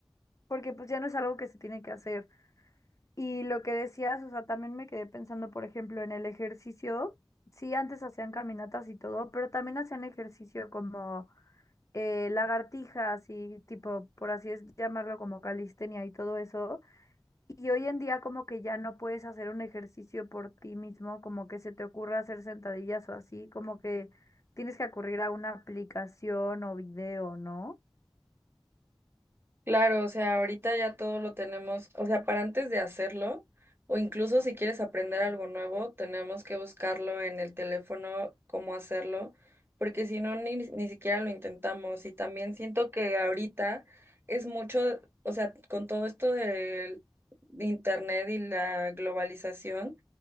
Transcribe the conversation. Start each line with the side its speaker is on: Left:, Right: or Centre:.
Left: porque pues ya no es algo que se tiene que hacer. Y lo que decías, o sea, también me quedé pensando, por ejemplo, en el ejercicio. Sí, antes hacían caminatas y todo, pero también hacían ejercicio como eh, lagartijas y tipo, por así es llamarlo, como calistenia y todo eso. Y hoy en día como que ya no puedes hacer un ejercicio por ti mismo, como que se te ocurra hacer sentadillas o así, como que tienes que acudir a una aplicación o video, ¿no?
Right: Claro, o sea, ahorita ya todo lo tenemos, o sea, para antes de hacerlo, o incluso si quieres aprender algo nuevo, tenemos que buscarlo en el teléfono, cómo hacerlo, porque si no, ni, ni siquiera lo intentamos. Y también siento que ahorita es mucho, o sea, con todo esto del internet y la globalización,